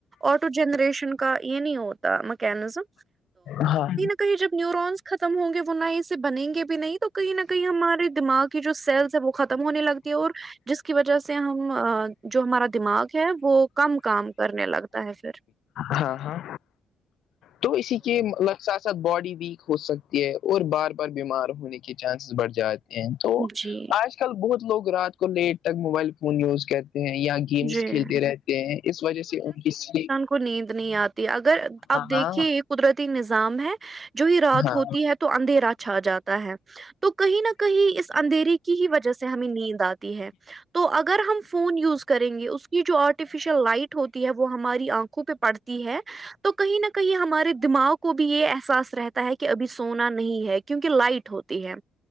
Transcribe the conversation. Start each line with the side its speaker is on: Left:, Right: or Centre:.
Right: آٹو جنریشن کا یہ نہیں ہوتا میکانزم
Left: ہاں
Right: کہیں جب نیورونس ختم ہوں گے وہ نئے سے بنیں گے بھی نہیں تو کہیں نہ کہیں ہمارے دماغ کے جو سیلس ہے وہ ختم ہونے لگتی ہے اور جس کی وجہ سے ہم جو ہمارا دماغ ہے وہ کم کام کرنے لگتا ہے پھر
Left: ہاں ہاں تو اسی کے مطلب ساتھ ساتھ باڈی ویک ہوسکتی ہے اور بار بار بیمار ہونے کے چانسز بڑھ جات تو
Right: جی
Left: آج کل بہت لوگ رات کو لیٹ تک موبائل فون یوز کرتے ہیں یا گے گیمس
Right: جی
Left: کھیلتے رہتے ہیں اس وجہ سے ان کی سلپ
Right: کو نیند نہیں آتی اگر آپ دیکھیے
Left: ہاں
Right: یہ قدرتی نظام ہے جوں ہی رات
Left: ہاں
Right: ہوتی ہے تو اندھیرا چھا جاتا ہے تو کہیں نہ کہیں اس اندھیرے کی ہی وجہ سے ہمیں نیند آتی ہے تو اگر ہم فون یوز کریں گے اس کی جو آرٹیفیشیل لائٹ ہوتی ہے وہ ہماری آنکھوں پہ پڑتی ہے تو کہیں نہ کہیں ہمارے دماغ کو بھی یہ احساس رہتا ہے کہ ابھی سونا نہیں ہے کیونکہ لائٹ ہوتی ہے